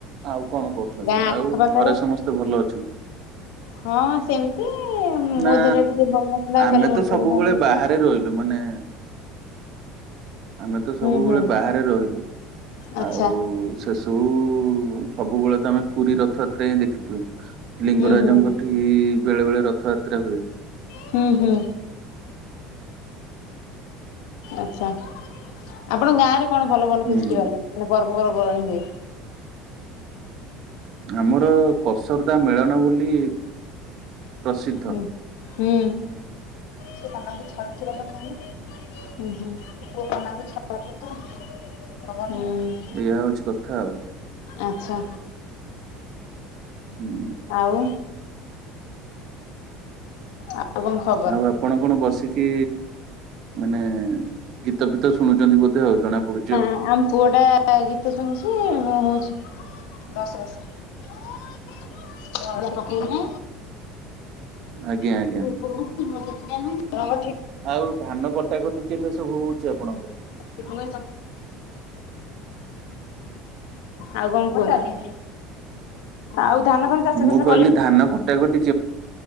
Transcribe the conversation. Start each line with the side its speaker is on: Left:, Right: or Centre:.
Right: ଆଉ କଣ କରୁଛନ୍ତି
Left: ଗାଁ ଆଖପାଖରେ?
Right: ଆଉ ଘରେ ସମସ୍ତେ ଭଲ ଅଛନ୍ତି
Left: ହଁ ସେମିତି
Right: ନା
Left: ମୋ ଦେହଟା ଟିକେ ଭଲ ନଥିଲା।
Right: ଆମେ
Left: ଆଉ କାଲି
Right: ତ
Left: ମୁଣ୍ଡବିନ୍ଧା
Right: ସବୁବେଳେ
Left: କରିଥିଲା।
Right: ବାହାରେ ରହିଲୁ ମାନେ ଆମେ ତ ସବୁବେଳେ
Left: ହୁଁ ହୁଁ
Right: ବାହାରେ ରହିଲୁ
Left: ଆଚ୍ଛା
Right: ଆଉ ସେସବୁ ସବୁବେଳେ ତ ଆମେ ପୁରୀ ରଥଯାତ୍ରା ହିଁ ଦେଖିଛୁ ଲିଙ୍ଗରାଜଙ୍କଠି
Left: ହୁଁ ହୁଁ
Right: ବେଳେ ବେଳେ ରଥଯାତ୍ରା ହୁଏ।
Left: ହୁଁ ହୁଁ ଆଛା ଆପଣଙ୍କ ଗାଁରେ କଣ ଭଲ ଭଲ
Right: ହୁଁ
Left: ଫେଷ୍ଟିଭାଲ ମାନେ ପର୍ବପର୍ବବାଣିୀ ହୁଏ
Right: ଆମର କସରଦା ମେଳନ ବୋଲି ପ୍ରସିଦ୍ଧ।
Left: ହୁଁ ହୁଁ ସେ କାନକୁ ଛାଡ଼ୁଥିଲ ଲ ମାନ ହୁଁ ହୁଁୁଅଖାନ ବି ଛ <inaudible>
Right: ଏଇଆ ହଉଚି କଥା ଆଉ।
Left: ଆଚ୍ଛା।
Right: ହୁଁ
Left: ଆଉ ଆଉ କଣ ଖବର?
Right: ଆଉ ଆପଣ କଣ ବସିକି ମାନେ ଗୀ ଗୀତ ଫିତ ଶୁଣୁଚନ୍ତି ବୋଧେ ଆଉ ଜଣାପଡୁଚି ଆଉ।
Left: ଆ ଆମ ପୁଅଟା ଗୀତ ଶୁଣୁଚି ମୁଁ ହଉଛି। <unintelligible> ଚାଉଳ ପକେଇନି।
Right: ଆଜ୍ଞା ଆଜ୍ଞା
Left: <unintelligible>
Right: ଆଉ ଧାନ କଟାକଟି କେବେ ସବୁ ହଉଚି ଆପଣଙ୍କର?
Left: <unintelligible> ଆଉ ଆଉ କଣ କୁହନ୍ତୁ। ଆଉ ଧାନ ଫାନ ଚାଷ
Right: ମୁଁ
Left: ଫାଷ
Right: କହିଲି
Left: କଲେ
Right: ଧାନ କଟାକଟିି